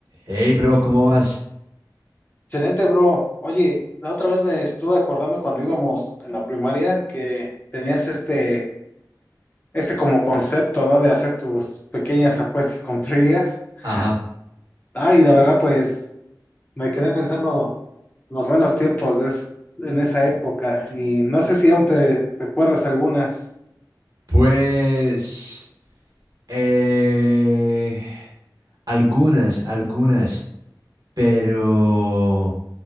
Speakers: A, on the right; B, on the left.
A: Hey, bro, ¿cómo vas?
B: Excelente, bro. Oye, la otra vez me estuve acordando cuando íbamos en la primaria que tenías este, este como concepto, ¿no? De hacer tus pequeñas apuestas con trivias. <laughs>
A: Ajá.
B: Ah, y la verdad, pues me quedé pensando los buenos tiempos de es- en esa época y no sé si aún te recuerdas algunas.
A: Pues... eh, algunas, algunas, pero